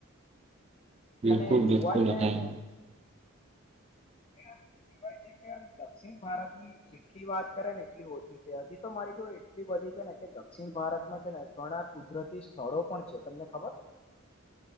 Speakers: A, on the right; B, on the left.
A: બિલકુલ
B: અને જોવા
A: બિલકુલ
B: જાય
A: અને
B: ને એમ કહેવાય છે કે આમ દક્ષિણ ભારત ની જેટલી વાત કરે ને એટલી ઓછી છે, હજી તો મારી જોડે એટલી બધી છે ને કે દક્ષિણ ભારતમાં છે ને ઘણા કુદરતી સ્થળો પણ છે. તમને ખબર? <inaudible>